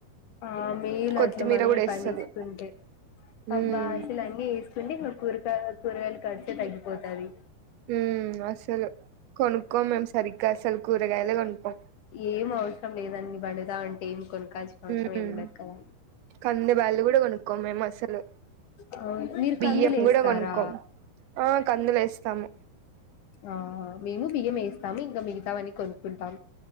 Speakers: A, on the left; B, on the right.
A: ఆ మేయిలు
B: కొత్తిమీర
A: అట్ల మనమే
B: కూడా వేస్తది
A: పండించుకుంటే అబ్బా
B: ఉమ్
A: అసలు అన్నీ ఎస్ సుండి మ కూరగాయ కూరగాయలకర్చే తగ్గిపోతది
B: హుమ్ అసలు కొనుక్కోం మేము సరిగ్గా అసలు కూరగాయలే కొనుక్కం
A: ఏం అవసరం లేదు అన్ని పండుదా ఉంటే ఏం కొను కోవాల్సిన అవసరం
B: ఉమ్
A: ఎం ఉండదు కద
B: కంది బ్యాళ్లు కూడా కొనుక్కోం మేము అసలు
A: అవు మీరు
B: బియ్యం
A: కందులేస్తారా
B: కూడా కొనుక్కోం ఆ కందులు వేస్తాము
A: ఆ మేము బియ్యం వేస్తాము ఇంకా మిగతవాన్ని కొనుకుంటాం